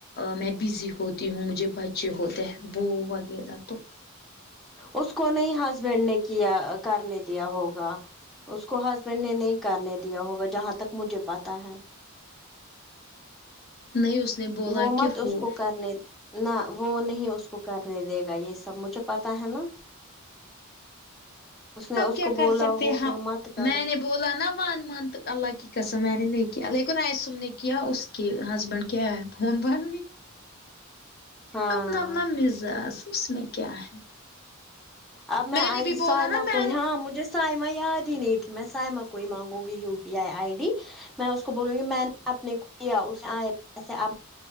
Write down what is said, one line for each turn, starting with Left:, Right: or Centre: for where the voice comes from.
Left: میں بزی ہوتی ہوں مجھے بچے ہوتے ہیں وہ وغیرہ تو
Centre: اس کو نہیں ہسبینڈ نے کیا کرنے دیا ہوگا اس کو ہس بینڈ نے نہیں کرنے دیا ہوگا جہاں تک مجھے پتا ہے
Left: نہیں اس نے بولا
Centre: وہ مت
Left: کہ ہو
Centre: اس کو کرنے نہ وہ نہیں اس کو کرنے دے گا یہ سب مجھے پتا ہے نا اس نے
Left: اب
Centre: اس
Left: کیا
Centre: کو
Left: کر
Centre: بولا
Left: سکتے
Centre: ہوگا
Left: ہم
Centre: مت کر
Left: میں نے بولا نہ ون منتھ اللہ کی قسم میں نے نہیں کیا لیکن اسم نے کیا اس کہ ہسبینڈ کیا ہے فون بان بھی
Centre: ہاں
Left: اپنا من مزاج اس میں کیا ہے
Centre: اب میں آی
Left: نے بھی
Centre: سائمہ
Left: بولا نا
Centre: کو
Left: میں
Centre: ہی
Left: نے
Centre: ہاں مجھے سائمہ یاد ہی نہیں تھی میں سائمہ کوئی مانگوں گی U P I I D میں اس کو بولوں گی میں نے اپنے کو کیا اس اپپ سے پیسے اب